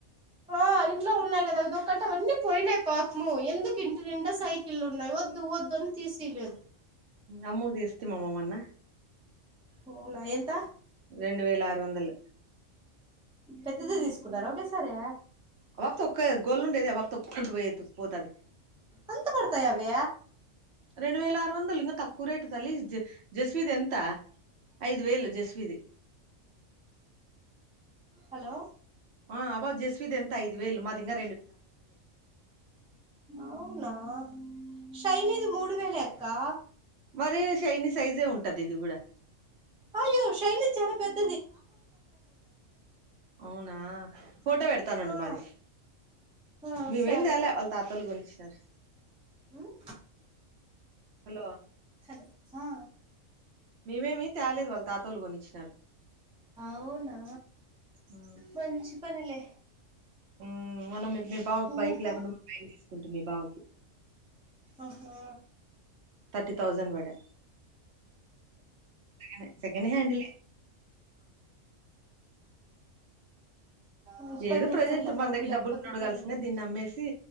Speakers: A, in the centre; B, on the right.
A: ఆ ఇంట్లో ఉన్నాయి కదా ఇది ఒంట అన్నీ పోయినాయి పాపము ఎందుకు ఇంటి నిండా సైకిల్ ఉన్నాయి వద్దు వద్దు అని తీసేయలేదు
B: అమ్ముకి తెస్తిమమ్మ మొన్న
A: అవునా ఎంత
B: రెండు వేల ఆరు వందలు
A: పెద్దది తీసుకున్నార ఒకే సారే
B: ఆ పాప తొక్కేఒక గోలు ఉండేది ఆ పాప తొక్కుంటూ పోయేది పోతది
A: అంత పడతాయ అవి
B: రెండు వేల ఆరు వందలు ఇంకా తక్కువ రేట్ తల్లి జ జస్విీది ఎంత ఐదు వేలు జస్విీది
A: హలో
B: ఆ అబా జస్విీద్ ఎంత ఐదు వేల్ మదింగా
A: అవునా శైనిది మూడు వేలే అ కా
B: మరీ షైనీ సైజే ఉంటది ఇది కూడా
A: అయ్యో శైైనీ ది చాలా పెద్ద
B: అవునా ఫోటో పెడతానుండు
A: ఆ
B: మాది
A: ఆ
B: మేమేం
A: సరే
B: తేల వాళ్ళ తాత వాళ్ళు కొనిచ్చినారు
A: ఉమ్
B: హలో
A: హలో ఆ
B: మీ మేమీ తాలేదు వాళ్ళ తతోళ్లు కొనిచ్చినారు
A: అవునా
B: ఆ
A: మంచి పనిలే
B: ఉమ్ మొన్న మీ బావకు
A: ఇంకా
B: బైక్ లేకుండా బయటికి తీస్ కుంటి మీ బావకి
A: ఆహా
B: థర్టీ తౌసండ్ బడే <unintelligible> సెకండ్ హ్యాండిలే
A: మంచి
B: ఏదో
A: పని చేశాడులే
B: ప్రజెంట్ మన
A: పాపం
B: దగ్గర
A: లేకపోతే
B: డబ్బులు ఉన్నప్పుడు
A: ఇబ్బంది కదా
B: దీన్ని అమ్మేసి